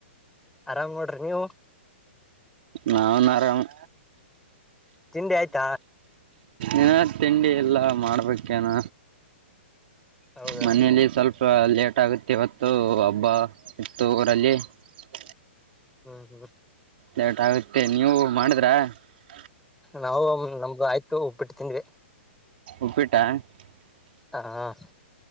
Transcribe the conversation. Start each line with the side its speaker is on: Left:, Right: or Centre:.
Centre: ಆರಾಮ್ ನೋಡ್ರಿ ನೀವು
Right: ನಾವುನ್ ಆರಾಮ್
Centre: ತಿಂಡಿ ಆಯ್ತಾ
Right: ಏನ ತಿಂಡಿ ಇಲ್ಲ ಮಾಡ್ಬೇಕೇನ
Centre: ಹೌದಾ
Right: ಮನೇಲಿ ಸ್ವಲ್ಪ ಲೇಟ್ ಆಗುತ್ತೆ ಇವತ್ತು ಹಬ್ಬ ಇತ್ತು. ಡಲಿ. <unintelligible>
Centre: ಹ್ಮ್, ಹ್ಮ್. <inaudible>
Right: ಲೇಟ್, ಆಗುತ್ತೆ! ನೀವು ಮಾಡಿದ್ರ? <inaudible>
Centre: ನಾವು, ನಮ್ದು ಆಯ್ತು, ಉಪ್ಪಿಟ್ಟು, ತಿಂಧ್ವಿ. <inaudible>
Right: ಉಪ್ಪಿಟ. <unintelligible>
Centre: ಹಾ. <inaudible>